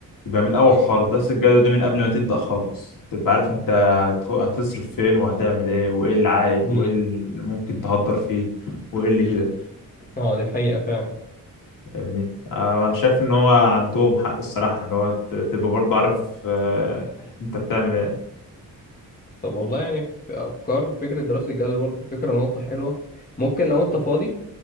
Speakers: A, on the left (about 70°); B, on the left (about 25°).
A: يبقى من الاول خالص دراسه الجدوى دي من قبل ما تبدا خالص تبقى عارف انت هتخ- هتصرف فين وهتعمل ايه وايه العائد
B: امم
A: وايه اللي ممكن تهدر فيه وايه اللي كده
B: اه دي حقيقه فعلا
A: فاهمني آه، انا شايف ان هو عندهم حق الصراحه ان هو ت- تبقى برضه عارف آه، انت بتعمل ايه
B: طب والله يعني في افكار فكره دراسه الجوده برضه فكره نقطه حلوه ممكن لو انت فاضي